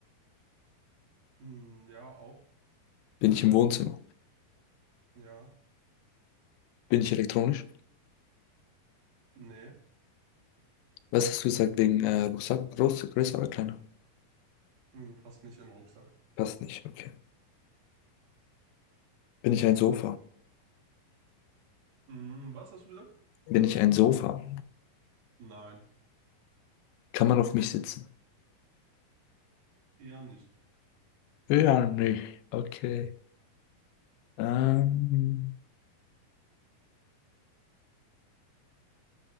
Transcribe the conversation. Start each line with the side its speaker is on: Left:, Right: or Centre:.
Right: Hm, ja, auch.
Left: Bin ich im Wohnzimmer?
Right: Ja.
Left: Bin ich elektronisch?
Right: Nee.
Left: Was hast du gesagt wegen äh, Rucksack? Groß, größer oder kleiner?
Right: Du passt nicht in den Rucksack.
Left: Passt nicht, okay. Bin ich ein Sofa?
Right: Hm, was hast du gesagt?
Left: Bin ich ein Sofa?
Right: Nein.
Left: Kann man auf mich sitzen?
Right: Eher nicht.
Left: Ja, nicht. Okay. Ähm,